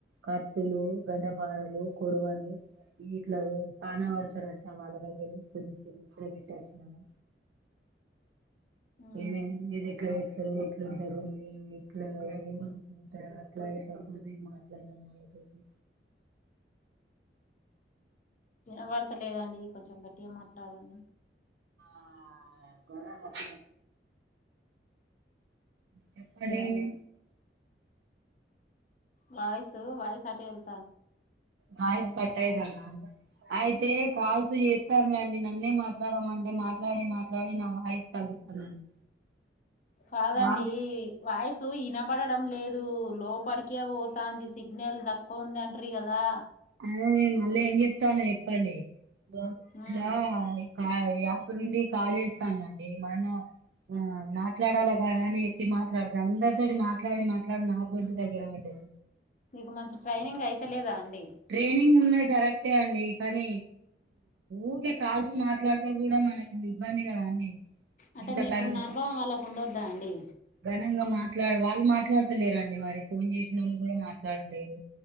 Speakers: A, on the right; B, on the left.
A: కత్తులు గడ్డపారలు కొడవన్లు ఇట్ల సానా పడతారంట వాళ్ళ దగ్గర పొద్దు్మ్ కెళ్ళి కుదవ బెట్టి వచ్చినము.
B: మ్మ్
A: ఇది ఇదేట్ల చెత్తరో ఎట్లుంటరు మీరు ఇట్లా ఏంటారు అట్లా ఎలాజ మాట్లాడనొళ్ళ తోటి
B: వినబడతలేదండి కొంచెం గట్టిగా మాట్లాడండి.
A: ఆ గరచ్చ చెప్పండి. ఏమి
B: వాయిసు వాయిస్ ఆటేల్
A: వాయిస్ కట్ అయితాందా అండి. అయితే కాల్స్ చేస్తన్లేండి. న నన్నే మాట్లాడమంటే మాట్లాడి మాట్లాడి నా వాయిస్ తగ్గుతాందండి.
B: కాదండి.
A: వాళ్ళు
B: వాయిసు వినబడడం లేద్. అది లోపడికే పోతది సిగ్నల్ తక్కువ ఉందింట్ర కదా
A: అ నేను మళ్ళ ఏం చెతన చెప్పండి ఇన్ల
B: మ్మ్
A: కా యాప నుండి కాల్ చేస్తాలండి మనం ఆ మాట్లాడాలాగాని అని ఎత్తి మాట్లాడత అందరితోటి మాట్లాడి మాట్లాడి నా గొంతు దగ్గర పడ్డది
B: మీకు మంచి ట్రైనింగ్ అయితలేదా అండి
A: ట్రైనింగ్ ఉన్నది కరెక్టే అండి కానీ ఊకే కాల్సు మాట్లాడుతే కూడా మనకు ఇబ్బంది కదా అండి
B: అంటే
A: ఇంత
B: మీకున్న
A: ఘన
B: అనుభవం వాళ్ళకు ఉండొద్దా అండి
A: ఘనంగా మాట్లాడ వాళ్ళు మాట్లాడతలేరండి మరి ఫోన్ చేసిన వాళ్ళు కూడా మాట్లాడలేదు